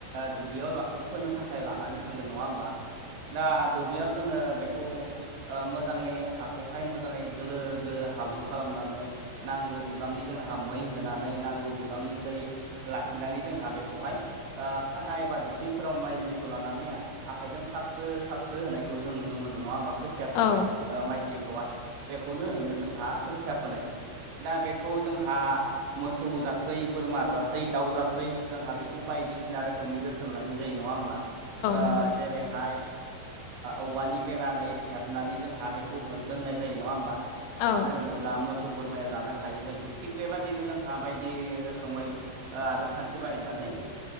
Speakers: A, on the right; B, on the left.
A: दुब्लियाव फोनो थाखाय लानानै थांगोन नङा होमबा दा दुब्लियाव जोङो बेखौ मोजाङै हाखौहाय मोजाङै गलोलो गलोलो हाब्रु खालामनानै नांगौ बिबांनि जोंहा मै होनानै नांगौ बिबांनि दै लाखिनानै जोंहा बेखौहाय खादा एबा दख्लिफोराव माइज्लिखौ लानानै आखाइजों सास्रो सास्रो होनायखौ जों नुनो मोनो नङा होमबा खोथि खोथियाखौहाय
B: औ
A: माइजलिखौहाय बेखौनो होनो जोंहा खोथिया फोनाय दा बेखौ जोंहा मोसौ जासै बोरमा जासै दाउ जासै जोंहा बेखौ बायदिसिना रोखोमै जोथों जोथोन लानाय जायो नङा होमबा
B: नंगौ
A: जेरैहाय औवानि बेरानै हेबनानै जोंहा बेखौ दोननाय जायो नङा होमबा
B: औ
A: मानो होनोब्ला मोसौ बोरमाया जानो हायै बायदि थिग बेबायदिनो जोंहा बायदि रोखोमै आदब खान्थि बाहायनानै